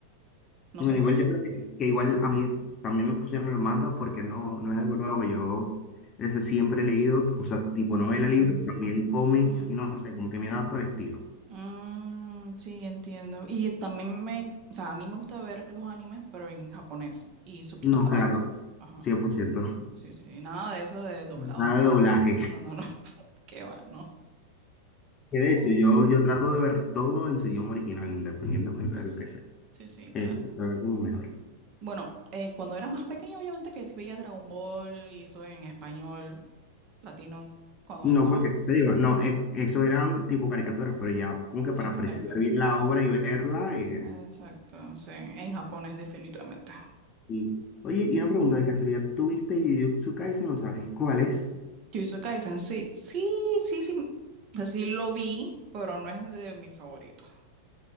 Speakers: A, on the right (about 40°); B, on the left (about 30°).
A: No
B: bueno,
A: sé
B: igual
A: por qué.
B: yo creo que, que igual a mí también me pusieron el manga porque no, no es algo nuevo. Yo desde siempre he leído, o sea, tipo
A: Mm,
B: novela, libros, también cómics,
A: ujú.
B: y no sé, como que me adapto al estilo.
A: Mm, sí, entiendo. Y también me, o sea, a mí me gusta ver los animes, pero en japonés y subtitulado,
B: No, claro,
A: pues. Ajá.
B: cien por ciento
A: Sí, sí, sí, nada de eso de doblado,
B: Nada
A: no.
B: de doblaje.
A: No, no, no. <laughs> Qué va, no.
B: Que de
A: Ah,
B: hecho, yo, yo trato de ver todo en su idioma original, independientemente de lo
A: sí.
B: que sea.
A: Sí, sí, claro.
B: Eh, lo veo como mejor.
A: Bueno, eh, cuando era más pequeña, obviamente que sí veía Dragon Ball y eso en español, latino, cuando
B: No,
A: estaba.
B: porque te digo, no, eh, eso eran tipo caricaturas, pero ya como que para
A: Exacto,
B: apreciar bien la obra y verla. eh,
A: exacto, sí, en japonés definitivamente.
B: y, oye, y una pregunta de casualidad, ¿tú viste Jujutsu Kaisen o sabes cuál es?
A: Jujutsu Kaisen, sí, sí, sí, sí. Así lo vi, pero no es de mis favoritos.